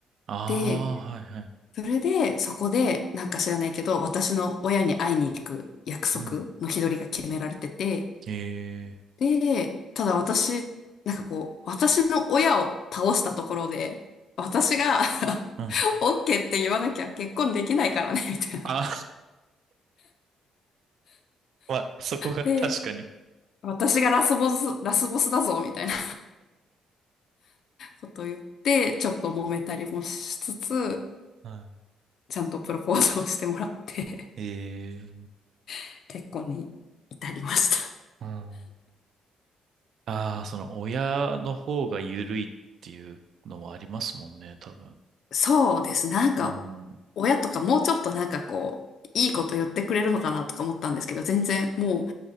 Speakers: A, on the right; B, on the left.
A: ああ、
B: で、
A: はい、はい。
B: それでそこでなんか知らないけど、私の親に会いに行く約束の日取りが決められてて、
A: うん。ええ、
B: で、ただ私、なんかこう、私の親を倒したところで、私が
A: うん。
B: <laughs> オッケーって言わなきゃ結婚できないからね、みたいな。
A: あ、<laughs> まあ、そこが確かに。
B: で、私がラスボス、ラスボスだぞ、みたいな。こと言って、ちょっと揉めたりもしつつ、
A: は
B: ちゃんとプロポーズをしてもらって、
A: い。ええ、う
B: <laughs> 結婚に至りました。
A: ん。ああ、その親の方が緩いっていうのはありますもんね、多分。
B: そうです。なんか、
A: うん。
B: 親とかもうちょっとなんかこう、いいこと言ってくれるのかなとか思ったんですけど、全然もう、